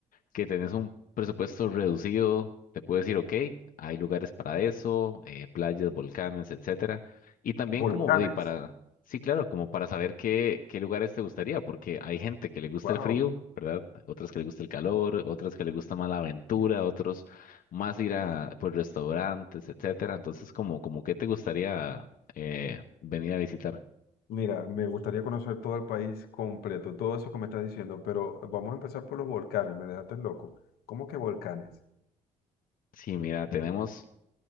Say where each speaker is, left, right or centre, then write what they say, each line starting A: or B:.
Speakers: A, on the left; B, on the left.
A: que tenés un presupuesto reducido, te puedes decir, ok, hay lugares para eso, eh, playas, volcanes, etcétera. Y también
B: Volcanes.
A: como de para, sí, claro, como para saber qué, qué lugares te gustaría, porque hay gente que le gusta
B: Wow.
A: el frío, ¿verdad? Otras que le gusta el calor, otras que le gusta más la aventura, otros más ir a, pues, restaurantes, etcétera. Entonces, como, como qué te gustaría eh, venir a visitar.
B: Mira, me gustaría conocer todo el país completo, todo eso que me estás diciendo, pero vamos a empezar por los volcanes, me dejaste loco. ¿Cómo que volcanes?
A: Sí, mira, tenemos